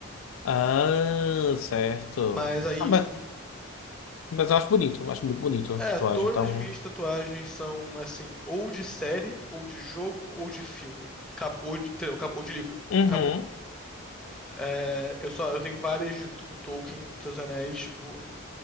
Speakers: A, on the left; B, in the centre.
A: Ah, certo.
B: Mas aí,
A: Ah, mas,
B: tipo,
A: mas eu acho bonito, eu acho muito bonito a
B: É,
A: tatuagem.
B: todas
A: Então,
B: as minhas tatuagens são assim, ou de série, ou de jogo, ou de filme. Cab- ou de, entendeu? Cab- Ou de livro.
A: uhum,
B: Acabou. É, eu só, eu tenho várias de, do Tolkien, dos Anéis, tipo.